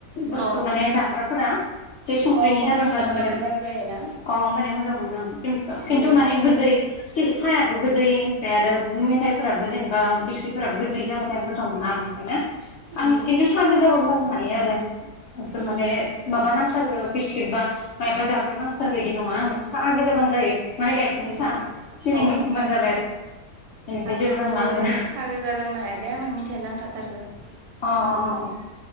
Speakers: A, on the right (about 80°); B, on the left (about 85°).
A: अ
B: बुस्थु माने जाग्राफोरा जे संख्रिनि
A: अ कम्बिनेसना
B: जानांगौ आरो होमबानिया
A: मोजां
B: अ
A: जायोना
B: होनबानिया मोजां मोनो आं
A: उम
B: खिन्थु माने गोदै सायाबो गोदै ओमफ्राय आरो मिथाइफोराबो जेनेबा बिस्कुटफोराबो गोदै जाबाथाय आं गोथाव मोना आरो ओंखायनो
A: उम
B: आं खिन्थु सा गोजाब्लाबो लोंनो हायो आरो माने
A: उम
B: माबा नांथारगो बिस्कुतबा मायाबा जाग्रा नांथारगौ इदि नङा आंनो सा गोजाबानो जायो माने गाइखेरनि
A: उम
B: सा सिनिनि
A: अ
B: होनबानो जाबाय आरो बेनिफ्राय
A: आं
B: जेबो
A: खिन्थु
B: नांला आंनो
A: साहा गोजा लोंनो हायादे आंनो मिथाइ नांखाथारगौ आरो
B: अ अ